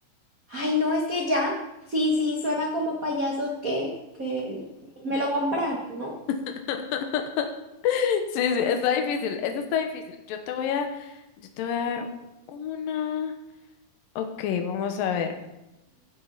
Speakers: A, on the right (about 85°); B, on the left (about 75°).
A: Ay, no, es que ya. Sí, sí, suenan como payasos que, que me lo compraron, ¿no?
B: <laughs> Sí, sí, está difícil, eso está difícil. Yo te voy a, yo te voy a dar una. Ok, vamos a ver.